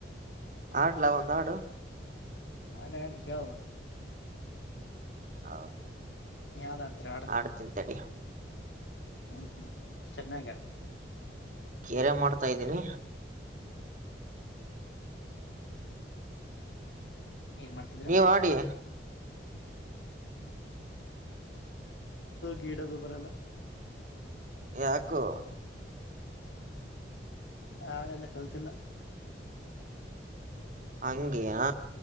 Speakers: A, on the right (about 45°); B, on the left (about 85°).
A: ಹಾಡ್ಲಾ ಒಂದ್ ಹಾಡು.
B: ಹಾಡಿ ಹಾಡಿ ಹ.
A: ಹ
B: ಯಾವ್ದ್ ಆಡ್ತಿರ ಹಾಡು
A: ಆಡ್ ತಿನಿ ತಡಿ.
B: ಹ್ಮ್ ಹ್ಮ್ ಚೆನ್ನಾಗ ಹಾಡು.
A: ಕೇರೆ ಮಾಡ್ತಾ ಇದ್ದೀನಿ.
B: ಏನ್ ಮಾಡ್ತಿದ್ರ
A: ನೀವ ಆಡಿ.
B: ಗಿಡದು ಬರಲ್ಲ.
A: ಯಾಕೋ.
B: ಹಾಡೆ ಎಲ್ಲ ಕಲ್ತಿಲ್ಲ
A: ಹಂಗೆಯ.